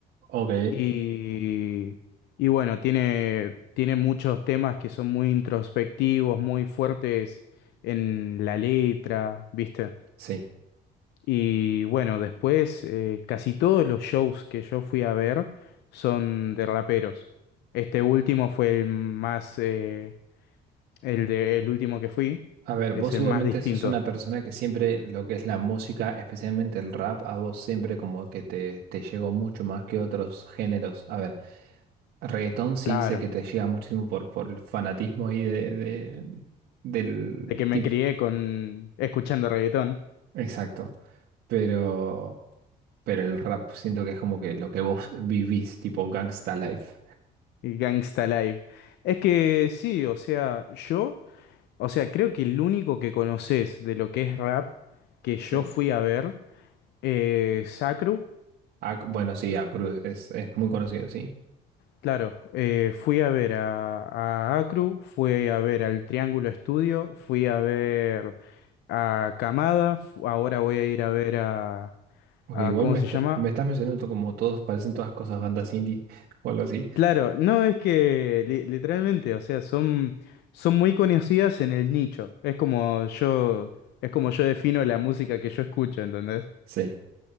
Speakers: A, on the right; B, on the left.
A: Ok,
B: Y, y bueno, tiene, tiene muchos temas que son muy introspectivos, muy fuertes en la letra, ¿viste?
A: sí.
B: Y bueno, después eh, casi todos los shows que yo fui a ver son de raperos. Este último fue el más, eh, el de, el último que fui,
A: A ver,
B: es
A: vos
B: el
A: igualmente
B: más distinto,
A: sos una persona que siempre lo que es la música, especialmente el rap, a vos siempre como que te, te llegó mucho más que otros géneros. A ver. Reggaetón sí
B: claro.
A: sé que te llega muchísimo por, por el fanatismo ahí de, de- del
B: de que me
A: tipo.
B: crié con escuchando reggaetón
A: Exacto. Pero, pero el rap siento que es como que lo que vos vivís, tipo Gangsta Life.
B: y Gangsta Live. Es que sí, o sea, yo, o sea, creo que el único que conoces de lo que es rap que yo
A: Sí.
B: fui a ver eh, Sacru,
A: Ah, bueno, sí, a Cruz es, es muy conocido, sí.
B: claro, eh, fui a ver a, a Acru, fui a ver al Triángulo Estudio, fui a ver a Camada, fu- ahora voy a ir a ver a,
A: Ok,
B: a
A: igual
B: ¿cómo
A: me,
B: se
A: está-
B: llama?
A: me estás mencionando como todos, parecen todas cosas bandas indie <laughs> o algo así.
B: Claro, no es que li- literalmente, o sea, son, son muy conocidas en el nicho. Es como yo, es como yo defino la música que yo escucho, ¿entendés?
A: Sí.